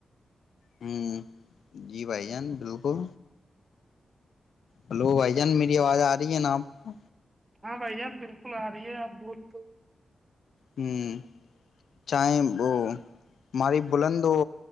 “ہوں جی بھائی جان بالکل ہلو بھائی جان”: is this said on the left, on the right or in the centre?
Left